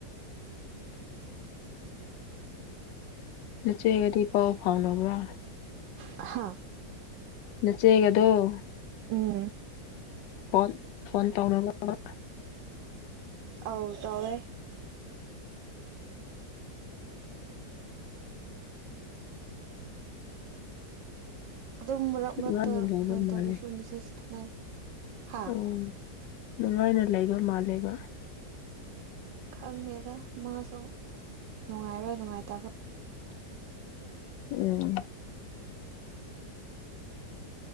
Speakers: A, on the left (about 85°); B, on the right (about 85°).
A: ꯅꯆꯦꯒꯗꯤ ꯄꯥꯎ ꯐꯥꯎꯅꯕ꯭ꯔꯥ
B: ꯍꯥꯥ
A: ꯅꯆꯦꯒꯗꯣ
B: ꯎꯝ
A: ꯐꯣꯟ ꯐꯣꯟ ꯇꯧꯔꯅꯨꯕ
B: ꯑꯧ ꯇꯧꯌꯦ ꯑꯗꯨꯝ ꯃꯔꯛ
A: ꯅꯨꯡꯉꯥꯏꯅ
B: ꯃꯔꯛꯇ
A: ꯂꯩꯕ
B: ꯐꯣꯟ
A: ꯃꯥꯜꯂꯦ
B: ꯇꯧꯔꯁꯨ ꯃꯦꯁꯦꯖ ꯊꯥꯅꯩ ꯍꯥ
A: ꯎꯝ ꯅꯨꯡꯉꯥꯏꯅ ꯂꯩꯕ ꯃꯥꯜꯂꯦꯕ
B: ꯈꯪꯗꯦꯗ ꯃꯥꯁꯨ ꯅꯨꯡꯉꯥꯏꯕ꯭ꯔꯥ ꯅꯨꯡꯉꯥꯏꯇꯕ꯭ꯔꯥ
A: ꯎꯝ